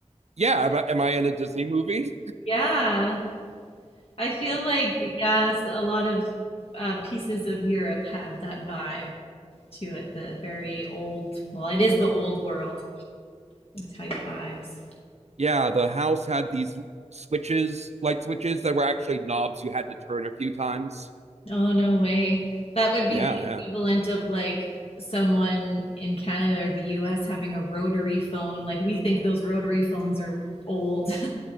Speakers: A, on the right (about 70°); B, on the left (about 55°).
A: yeah, am I, am I in a Disney movie?
B: Yeah, I feel like yes, a lot of uh, pieces of Europe have that vibe to it, the very old, well, it is the old world type vibes.
A: yeah, the house had these switches, light switches that were actually knobs you had to turn a few times.
B: Oh, no way. That would be
A: Yeah,
B: the
A: yeah.
B: equivalent of like someone in Canada or the US having a rotary phone. Like we think those rotary phones are old,